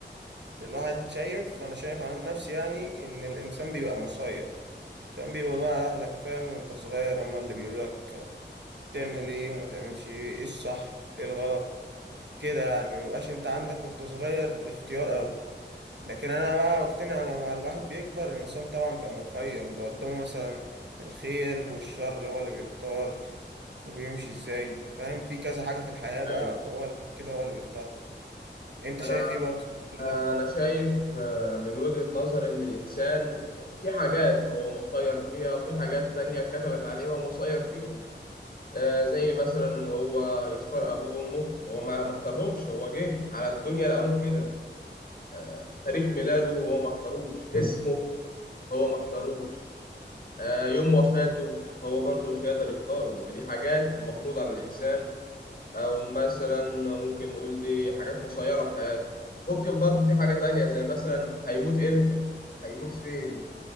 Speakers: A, on the right; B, on the left.
A: الواحد شايف انا شايف على نفسي يعني ان الانسان بيبقى مسير عشان بيبقى بقى اهلك فاهم وانت صغير هما اللي بيقولوا لك تعمل ايه وما تعملش ايه ايه الصح ايه الغلط كده يعني مبيبقاش انت عندك وانت صغير اختيار قوي لكن انا بقى بقتنع لما الواحد بيكبر الانسان طبعا بيبقى مخير بيبقى قدامه مثلا الخير والشر هو اللي بيختار وبيمشي ازاي فاهم في كذا حاجة في الحياة بقى
B: أيوه
A: هو اللي بعد كده هو اللي بيختارها انت
B: أنا
A: شايف ايه برضه في الموضوع
B: أنا
A: ده
B: شايف آه، من وجهة نظر إن الإنسان في حاجات هو مخير فيها وفي حاجات تانية كتبت عليه هو مسير فيها آه، زي مثلا ان هو يختار ابوه وامه هو ما ما اختارهمش هو جه على الدنيا لقاهم كده آه، تاريخ ميلاده هو ما اختاروش اسمه هو ما اختاروش آه، يوم وفاته هو برضه مش هيقدر يختاره ودي حاجات مفروض على الانسان او مثلا ممكن نقول دي حاجات مسيرة في حياته ممكن برضه في حاجة تانية زي مثلا هيموت امتى هيموت فين